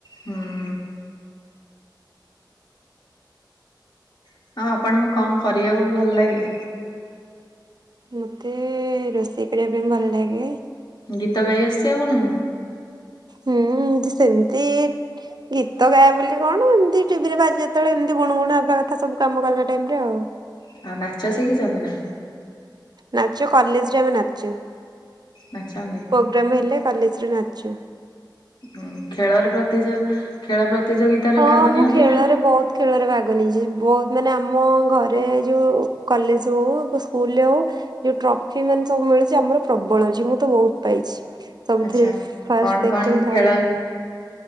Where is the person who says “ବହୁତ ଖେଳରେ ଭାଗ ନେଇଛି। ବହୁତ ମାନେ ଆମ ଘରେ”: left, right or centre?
Right